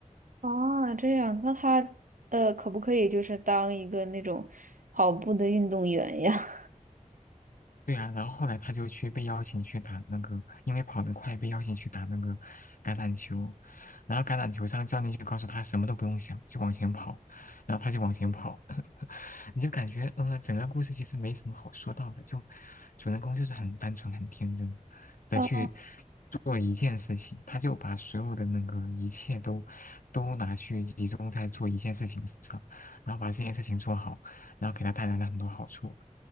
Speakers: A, on the right; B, on the left.
A: 啊，这样，那他呃，可不可以就是当一个那种跑步的运动员呀？
B: 对呀、然后后来他就去被邀请去打那个，因为跑得快被邀请去打那个橄榄球，然后橄榄球上教练就告诉他什么都不用想，就往前跑，然后他就往前跑，<laughs> 你就感觉嗯、呃整个故事其实没什么好说到的，就主人公就是很单纯很天真的去
A: 呃 <laughs>
B: 做一件事情，他就把所有的那个一切都都拿去集中在做一件事情上，然后把这件事情做好，然后给他带来了很多好处。